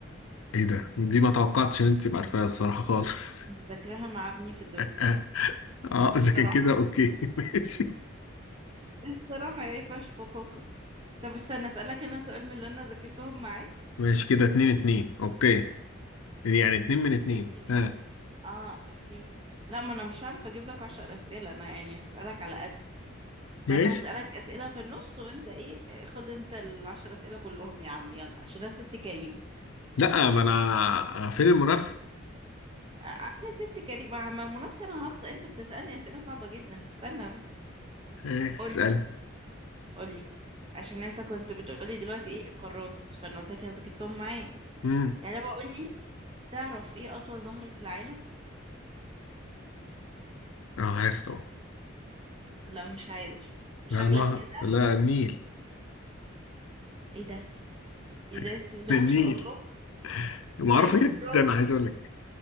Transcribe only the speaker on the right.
مذاكراها مع ابني في الدراسات
صراحة.
الصراحة يعني فش فكوكو طب استنى اسألك انا سؤال من اللي انا ذاكرتهم معاك
الاتنين
ايه اه اوكي لا ما انا مش هعرف اجيب لك عشر اسئلة انا يعني هسألك على قدي
فانا هسألك اسئلة في النص وانت ايه خد انت العشر اسئلة كلهم يا عم يلا عشان انا ست كريمة
آه، انا ست كريمة مع المنافسة انا هخسر انت بتسألني اسئلة صعبة جدا استنى بس
قولي قولي عشان انت كنت بتقولي دلوقتي ايه القارات فانا قلت لك انا ذاكرتهم معايا
يعني بقول لي تعرف ايه اطول نهر في العالم
لا مش عارف شكلك
كده
ايه ده ايه ده
بسم الله
ما شاء الله
ايوه
برافو